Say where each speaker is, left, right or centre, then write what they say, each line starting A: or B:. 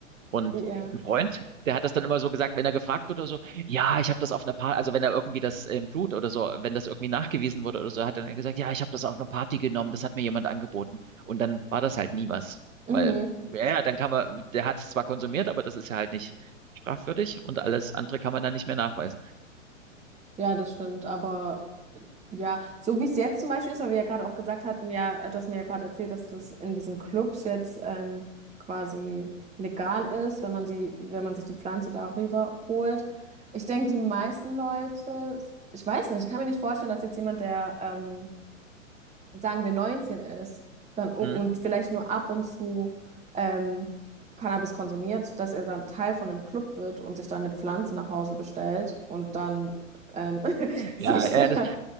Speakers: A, on the right; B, on the right.
A: Und
B: Ja.
A: ein Freund, der hat das dann immer so gesagt, wenn er gefragt wurde oder so, ja, ich habe das auf einer Party, also wenn er irgendwie das im Blut oder so, wenn das irgendwie nachgewiesen wurde oder so, hat dann er gesagt, ja, ich habe das auf einer Party genommen, das hat mir jemand angeboten. Und dann war das halt nie was,
B: Mhm.
A: weil, ja, ja, dann kann man, der hat es zwar konsumiert, aber das ist ja halt nicht strafwürdig und alles andere kann man dann nicht mehr nachweisen.
B: Ja, das stimmt. Aber ja, so wie es jetzt zum Beispiel ist, weil wir ja gerade auch gesagt hatten, ja, äh, du hast mir ja gerade erzählt, dass das in diesen Clubs jetzt ähm, quasi legal ist, wenn man die, wenn man sich die Pflanze darüber holt. Ich denke, die meisten Leute, ich weiß nicht, ich kann mir nicht vorstellen, dass jetzt jemand, der ähm, sagen wir 19 ist, dann u-
A: Hm?
B: und vielleicht nur ab und zu ähm, Cannabis konsumiert, dass er dann Teil von einem Club wird und sich dann eine Pflanze nach Hause bestellt und dann ähm, <laughs> sich
A: Ja, ja,
B: da,
A: das,